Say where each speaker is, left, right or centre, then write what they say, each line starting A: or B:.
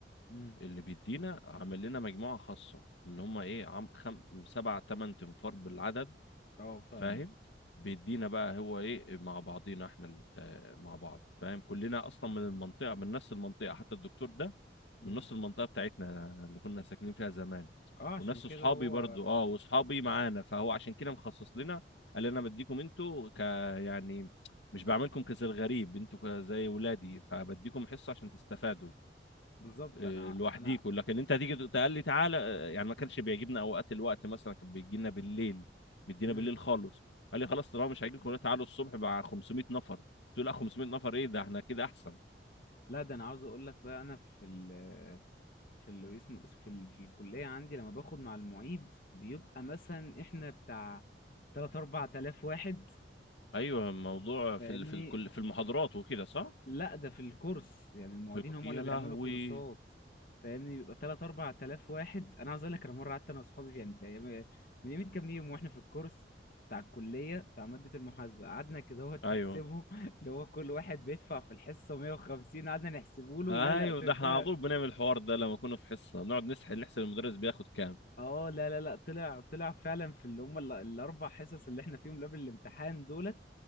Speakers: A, on the left; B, on the left.
A: امم
B: اللي بيدينا عامل لنا مجموعة خاصة اللي هم ايه عم خم... سبع تمن تنفار بالعدد
A: اه فاهمك
B: فاهم بيدينا بقى هو ايه مع بعضينا احنا اللي تا- مع بعض فاهم كلنا اصلا من المنطقة من نفس المنطقة حتى الدكتور ده
A: امم
B: من نفس المنطقة بتاعتنا اللي كنا ساكنين فيها زمان
A: اه عشان
B: وناس
A: كده
B: اصحابي
A: هو
B: برضو اه واصحابي معانا فهو عشان كده مخصص لنا قال انا بديكم انتوا ك يعني مش بعملكم كزي الغريب انتوا ك- زي ولادي فبديكم حصة عشان تستفادوا
A: بالظبط
B: آه،
A: انا
B: لوحديكوا
A: انا
B: لكن انت هتيجي تقول لي تعالى آه، يعني ما كانش بيعجبنا اوقات الوقت مثلا كان بيجي لنا بالليل بيدينا
A: امم
B: بالليل خالص قال لي خلاص طالما مش هيجيلكم تعالوا الصبح مع 500 نفر قلت له لا 500 نفر ايه ده احنا كده احسن
A: لا ده انا عاوز اقول لك بقى انا في ال في اللي اسمه في ال... في الكلية عندي لما باخد مع المعيد بيبقى مثلا احنا بتاع 3 4000 واحد
B: ايوه الموضوع
A: فاهمني
B: في ال... في الكل في المحاضرات وكده صح
A: لا ده في الكورس يعني المعيدين
B: في الك...
A: هم
B: يا
A: اللي بيعملوا
B: لهوي
A: كورسات فاهمني بيبقى 3 4000 واحد انا عاوز اقول لك انا مره قعدت انا واصحابي يعني في أيام- من يومين كام يوم واحنا في الكورس بتاع الكليه بتاع ماده المحاسبه قعدنا كده اهوت
B: ايوه
A: نحسبه <laughs> اللي هو كل واحد بيدفع في الحصه 150 قعدنا نحسبه له
B: ايوه
A: لا لا
B: ده احنا
A: طلع
B: على طول بنعمل الحوار ده لما كنا في حصه نقعد نسحل نحسب المدرس بياخد كام
A: اه لا لا لا طلع طلع فعلا في اللي هم ال- الاربع حصص اللي احنا فيهم قبل الامتحان دولت